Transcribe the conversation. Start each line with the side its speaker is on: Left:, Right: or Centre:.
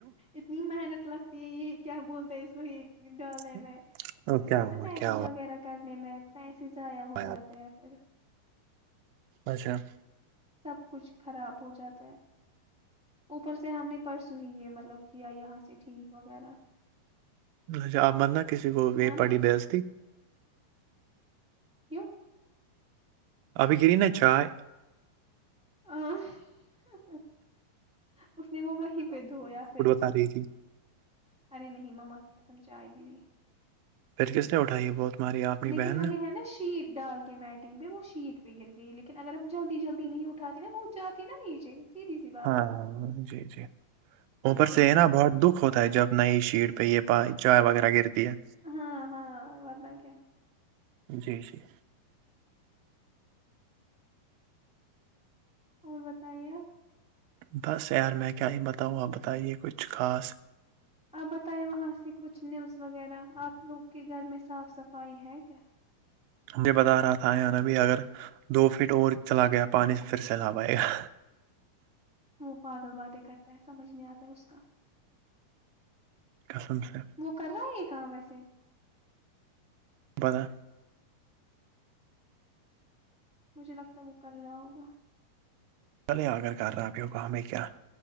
Centre: اتنی محنت لگتی ہے یہ کیا بولتے ہیں اس کو یہ ڈالنے
Right: تو
Centre: میں یہ
Right: کیا ہوا
Centre: نا میٹنگ
Right: کیا ہوا
Centre: وغیرہ کرنے میں پیسے ضائع ہو
Right: یار
Centre: جاتے ہیں- اور
Right: اچھا-
Centre: سب کچھ خراب ہو جاتا ہے- اوپر سے ہم نے پرسوں ہی یہ مطلب کیا یہاں سے ٹھیک وغیرہ-
Right: اچھا آپ مرنا کسی کو یہ
Centre: ہے نا
Right: پڑھی بے عزتی-
Centre: کیوں
Right: ابھی گری ن چائے
Centre: ا اس نے وہ وہیں پہ دھویا پھر-
Right: ساری ت
Centre: ارے نہیں مما کیم چائے گری-
Right: پھر کس نے اٹائی ہے بہت- ماری اپنی
Centre: لیکن
Right: بہن
Centre: ہمیں
Right: نے
Centre: ہے نا شیت ڈال کے میٹنگ پہ وہ شیت پہ گر گئی لیکن اگر اب جلدی- جلدی نہیں اٹھاتی نا وہ جاتی نا نیچے- سیدھی سی بات
Right: ہاں
Centre: ہے
Right: ہاں- ہاں جی -جی اوپر
Centre: اسی
Right: سے
Centre: لیے
Right: ہے نا بہت دکھ ہوتا- جب نئی شیٹ پہ یہ چائے وغیرہ گرتی ہے-
Centre: ہاں- ہاں وات ن کیا-
Right: جی-جی
Centre: اور بتائیے?
Right: بس یار میں کیا یہ بتاؤں آپ بتائیے کچھ خاص-
Centre: آپ بتائیں وہاں سے کچھ نیوز وغیرہ آپ لوگ کے گھر میں صاف صفائی ہے کیا
Right: مجھے بتا رہا تھا یہ ن اب اگر دو فٹ اور چلا گیا پانی پھر سے لاب آئے گا
Centre: وہ پاگل باتیں کرتا ہے سمجھ نہیں آتا ہے اس کا
Right: قسم سے
Centre: وہ کر رہا ہے یہ کام وسے
Right: بدہ
Centre: مجھے لگتا ہے وہ کر رہا ہوگا
Right: چلے آگر کر رہاب ہوگا ہمیں کیا